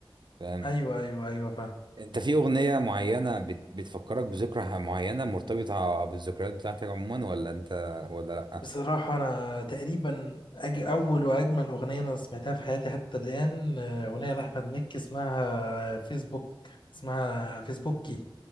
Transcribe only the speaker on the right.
فاهم
انت في اغنيه معينه بت... بتفكرك بذكرى معينه مرتبطه بالذكريات بتاعتك عموما ولا انت ولا لا